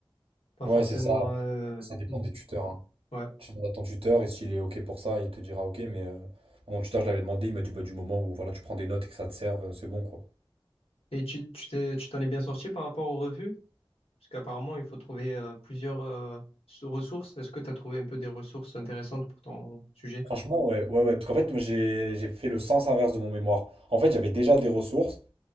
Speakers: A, on the left; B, on the right.
A: pas
B: Ouais,
A: forcément.
B: c'est ça.
A: euh,
B: Ça dépend
A: mm,
B: des tuteurs. hein.
A: Ouais.
B: Tu demandes à ton tuteur et s'il est OK pour ça, il te dira OK, mais euh, mon tuteur, je l'avais demandé, il m'a dit bah, du moment où voilà, tu prends des notes et que ça te serve, euh, c'est bon quoi.
A: Et tu, tu t'es, tu t'en es bien sorti par rapport aux revues? Parce qu'apparemment, il faut trouver euh, plusieurs euh, sous- ressources. Est-ce que tu as trouvé un peu des ressources intéressantes pour ton sujet?
B: Franchement, ouais, ouais, ouais. Parce qu'en fait, moi, j'ai j'ai fait le sens inverse de mon mémoire. En fait, j'avais déjà des ressources.